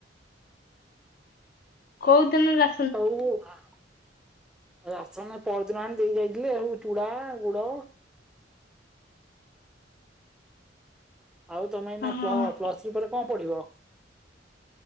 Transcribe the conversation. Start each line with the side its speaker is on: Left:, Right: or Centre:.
Left: କୋଉଦିନ ରା
Centre: ହଉ <inaudible> ରାସନ ପରଦିନ ଆଣି ଦେଇ ଯାଇଥିଲେ ଚୁଡା ଗୁଡ ଆଉ ତମେ ଏଇନା
Left: ହଁ
Centre: ପ୍ଲ ପ୍ଲସ୍ ଥ୍ରୀ ପରେ କଣ ପଢିବ?